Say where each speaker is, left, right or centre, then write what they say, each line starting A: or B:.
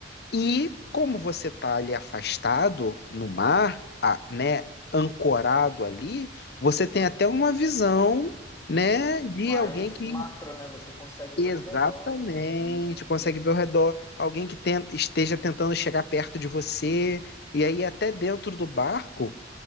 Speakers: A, on the left; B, on the left.
A: e como você está ali afastado no mar, a- né, ancorado ali, você tem até uma visão, né,
B: Mas
A: de alguém que
B: macro, né? Você consegue ver
A: exatamente
B: o redor. Sim, sim.
A: consegue ver ao redor, alguém que ten- esteja tentando chegar perto de você, e aí até dentro do barco